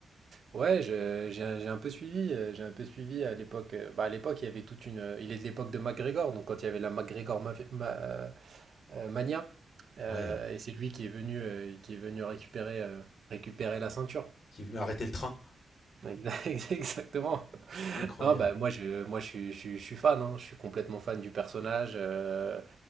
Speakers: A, on the right; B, on the left.
A: Ouais, je- j'ai un j'ai un peu suivi, euh, j'ai un peu suivi à l'époque. euh, Bah à l'époque, il y avait toute une... euh, Il est de l'époque de McGregor, donc quand il y avait la McGregor Mafia- Ma- euh, euh, Mania, euh,
B: Ouais,
A: et c'est lui qui est venu, euh, qui est venu récupérer, euh, récupérer la ceinture.
B: qui est venu arrêter le train.
A: <laughs> Exactement.
B: Incroyable.
A: Non, bah moi je, moi je suis, je suis- je suis fan, hein, Je suis complètement fan du personnage. euh,